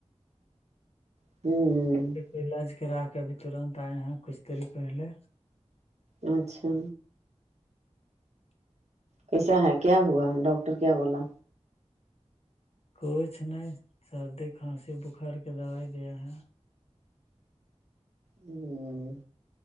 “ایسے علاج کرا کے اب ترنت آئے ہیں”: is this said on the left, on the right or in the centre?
Left